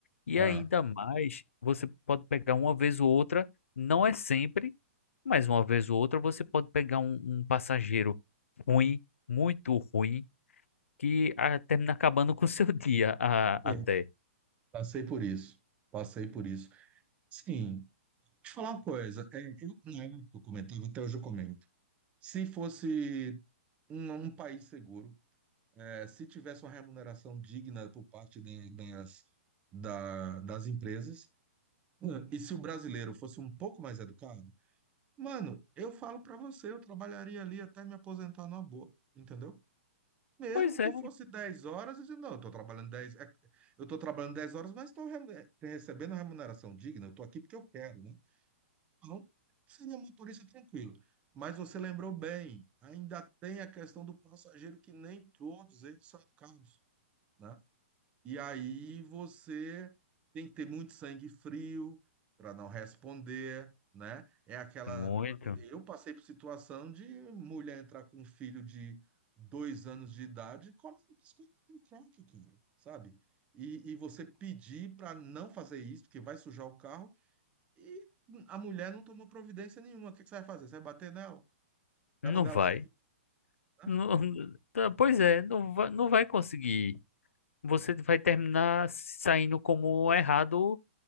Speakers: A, on the left; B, on the right.
A: e
B: É.
A: ainda mais, você pode pegar uma vez ou outra, não é sempre, mas uma vez ou outra você pode pegar um, um passageiro ruim, muito ruim, que ah, termina acabando com o seu <laughs> dia a-
B: É,
A: até.
B: Passei por isso. Passei por isso. Sim, Deixa eu falar uma coisa. É, eu, na eu comentava, até hoje eu comento. Se fosse um, um país seguro, é, se tivesse uma remuneração digna por parte da- das, da- das empresas, hum, e se o brasileiro fosse um pouco mais educado, mano, eu falo pra você, eu trabalharia ali até me aposentar numa boa, entendeu? Mesmo
A: Pois
B: que
A: é,
B: fosse 10 horas, eu digo, não, eu tô trabalhando dez, é, eu tô trabalhando 10 horas, mas estou recebendo remuneração digna, eu tô aqui porque eu quero, né? Não, seria motorista tranquilo. Mas você lembrou bem, ainda tem a questão do passageiro que nem todos eles são educados, né? E aí você tem que ter muito sangue frio para não responder, né? É aquela.
A: muito.
B: Eu passei por situação de mulher entrar com um filho de dois anos de idade comendo biscoito com troca, cara, sabe? E, e você pedir para não fazer isso, porque vai sujar o carro e a mulher não tomou providência nenhuma. O que que você vai fazer? Você vai bater nela?
A: Não
B: Vai mandar
A: vai.
B: ela sair? né?
A: Não- tá, pois é, não vai, não vai conseguir. Você vai terminar saindo como errado